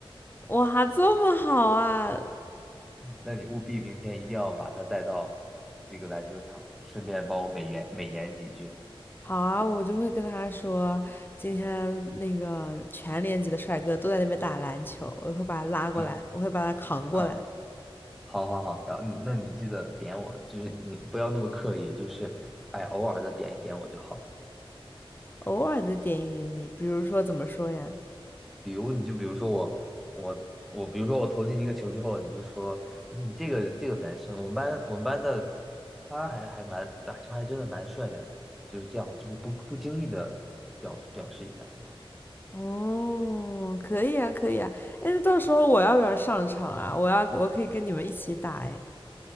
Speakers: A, on the left; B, in the centre.
A: 哇，这么好啊！
B: 那你务必明天一定要把她带到这个篮球场，顺便帮我美言美言几句。
A: 好啊，我就会跟他说，今天那个全年级的帅哥都在那边打篮球，我会把他拉过来，
B: 嗯
A: 我会把他扛过来，
B: 嗯好好好，然后嗯，那你记得点我，就是你不要那么刻意，就是哎，偶尔的点一点我就好。了。
A: 偶尔的点一点你，比如说怎么说呀？
B: 比如你就比如说我我我，比如说我投进一个球之后，你就说，嗯，这个这个男生，我们班我们班的他还还蛮打球还真的蛮帅的，就是这样，就是不不经意的表表示一下就好。
A: 哦，可以啊，可以啊。哎，那到时候我要不要上场啊？我要，我可以跟你们一起打哎。